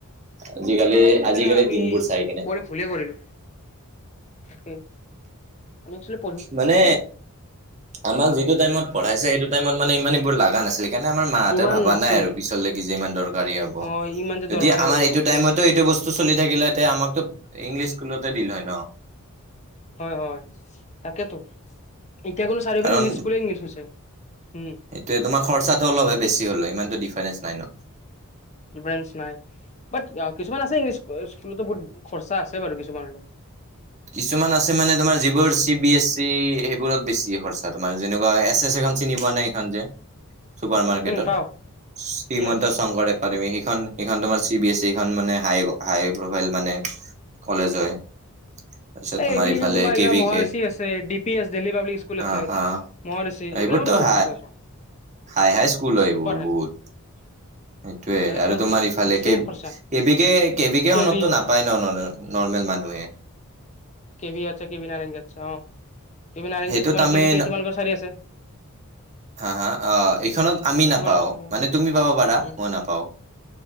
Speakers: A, on the right; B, on the left.
A: আজিকালি
B: ত সেইকানে
A: আজিকালি
B: আমি
A: দিনবোৰ চাই কিনে
B: পঢ়ি ভুল কৰিলো। তাকে আমি একচোৱেলি।
A: মানে আমাক যিটো টাইমত পঢ়াইছে সেইটো টাইমত মানে ইমান এইবোৰ লগা নাছিলে। সেইকাৰণে আমাৰ মাহঁতে
B: ইমান
A: ভবা
B: নাছিল
A: নাই আৰু পিছলৈকে যে ইমান দৰকাৰী হ'ব।
B: অ ইমান যে
A: যদি
B: দৰকাৰী
A: আমাৰ
B: হ'ব
A: এইটো
B: য়েছ
A: টাইমত এইটো বস্তু। চলি থাকিলেহেঁতে আমাকতো ইংলিছ স্কুলতে দিল হয় ন্।
B: হয় হয়, তাকেতো এতিয়া কোনো চাৰি
A: কাৰণ
B: পিনি ইংলিছ স্কুললে ইংলিছ হৈছে। উম
A: সেইটোয়ে তোমাৰ খৰচাতটো অলহে বেছি হ'ল ইমানতো ডিফাৰেন্ঞ্চ নাই ন।।
B: ডিফাৰেন্ঞ্চ নাই বাট কিছুমান আছে ইংলিছ। স্কুলতো বহুত খৰচা আছে বাৰু কিছুমানত।
A: কিছুমান আছে মানে তোমাৰ যিবোৰ চি বি এছ চি সেইবোৰত বেছি খৰচা। তোমাৰ যেনেকুৱা এছ এছ এখন চিনি পোৱা নে এইখন যে। চুপাৰ মাৰ্কেটৰ
B: উম পাও
A: শ্ৰীমন্ত
B: য়েছ
A: শংকৰদেৱ। একাদেমী সেইখন সেইখন তোমাৰ চি বি এছ চি খন মানে হাই হাই ‌প্ৰফাইলমানে। কলেজ হয়। আচ্ছা
B: এই
A: তোমাৰ
B: এইপিনে
A: এফালে
B: চোন এইগিলা
A: কে বি
B: মহাৰিষি
A: কে
B: আছে D P S Delhi public school আছে
A: অ অ।
B: মহাৰিচি এইবিলাকতো
A: এইবোৰতো
B: বহুত
A: হাই
B: খৰচা চোন
A: হাই হাই স্কুল হয়
B: চুপাৰ
A: এইবোৰ
B: হাই
A: বহুত। সেইটোয়ে
B: তাতে
A: আৰু
B: বহুত
A: তোমাৰ ইফালে
B: এক্সট্ৰিম
A: কে কে
B: খৰচা
A: বিকে কে বি কে
B: কেভি
A: খনতো নাপায় ন ন নৰ্মেল মানুহে।
B: কেভি আচ্ছা কে ভি নাৰেংগী আচ্ছা অ কে নাৰেংগী
A: সেইটোত
B: আছে তোমালোক
A: আমি
B: কি
A: ন-
B: তোমালোকৰ চাৰি আছে।।
A: হা হা আহ এইখনত আমি নাপাওঁ
B: তোমালোকৰ চাৰি অ
A: মানে তুমি পাব পাৰা
B: উম
A: মই নাপাও।